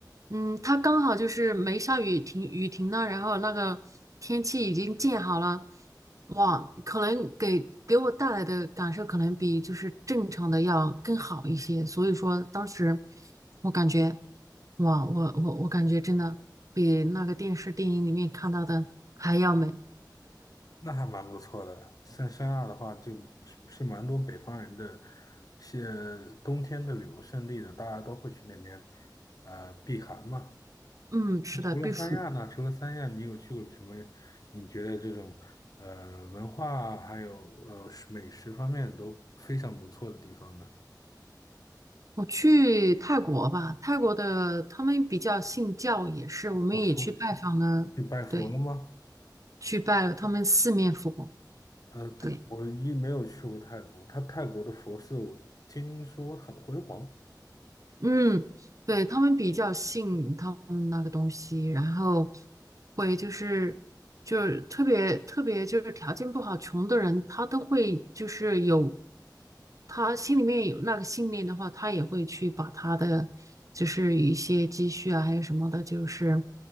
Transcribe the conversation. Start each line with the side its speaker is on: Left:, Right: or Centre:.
Right: 嗯，它刚好就是没下雨停雨停了，然后那个天气已经建好了，哇，可能给给我带来的感受可能比就是正常的要更好一些，所以说当时我感觉，哇，我我我感觉真的比那个电视电影里面看到的还要美，
Left: 那还蛮不错的。像三亚的话，就是是蛮多北方人的些冬天的旅游胜地的，大家都会去那边呃避寒嘛。
Right: 嗯，是的，
Left: 那除了三亚呢？
Right: 必须。
Left: 除了三亚，你有去过什么？你觉得这种呃文化啊还有呃美食方面都非常不错的地方呢？
Right: 我去泰国吧，泰国的他们比较信教，也是我们也去拜访了，
Left: 呃，佛去拜佛了吗？
Right: 对，去拜了他们四面佛，
Left: 呃，
Right: 对，
Left: 我一没有去过泰国，他泰国的佛寺我听说很辉煌，
Right: 嗯，对，他们比较信他们那个东西，然后会就是就是特别特别就是条件不好、穷的人，他都会就是有他心里面有那个信念的话，他也会去把他的就是一些积蓄啊，还有什么的，就是